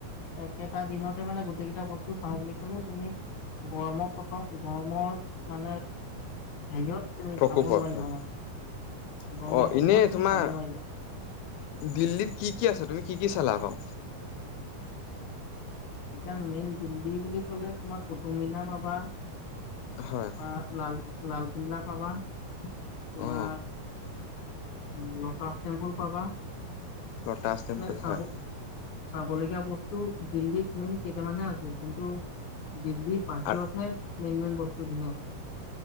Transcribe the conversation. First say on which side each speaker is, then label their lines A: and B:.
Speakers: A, on the left (about 60°); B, on the left (about 80°).
A: একেটা দিনতে মানে গোটেই কেইটা বস্তু চাওঁ বুলি কলেও তুমি গৰমৰ পত গৰমৰ মানে হেৰিত তুমি
B: প্ৰকোপত
A: চাব নোৱাৰিবা
B: হয়
A: মানে। গৰমৰ
B: অ
A: প্ৰকোপত
B: এনেই
A: তুমি
B: তোমাৰ
A: চাব নোৱাৰিবা।
B: দিল্লীত কি কি আছে তুমি কি কি চালা বাও।
A: এতিয়া মেইন দিল্লী বুলি কলে তোমাৰ কুটুমনা পাবা তাপা
B: হয়
A: লাল লালকিল্লা, পাবা তোমাৰ
B: অ
A: লটাছ টেম্পুল পাবা
B: লটাছ টেম্পুল
A: মানে চাব
B: হয়।
A: চাবলগীয়া বস্তু দিল্লীত মেইন কেইটামানহে আছে। কিন্তু দিল্লী পাঁচ
B: অ
A: কথা মেইন মেইন বস্তু। ধুনীয়া আছে।